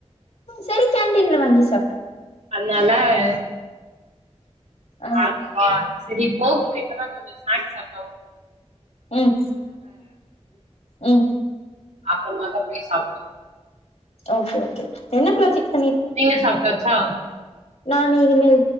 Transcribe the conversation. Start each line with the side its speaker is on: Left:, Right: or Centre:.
Left: சரி கேன்டீன்ல வாங்கி சா
Right: அதனால ஆ
Left: ஆ
Right: அதுவா சரி போதும் இப்பதா கொஞ்சம் ஸ்னாக்ஸ் சாப்
Left: உம் உம்
Right: அப்பறமா தா போய் சாப்புட்ணும்
Left: ஓகே ஓகே என்ன ப்ராஜெக்ட்
Right: நீங்க சாப்ட்டாச்சா
Left: நானு இனி மேல்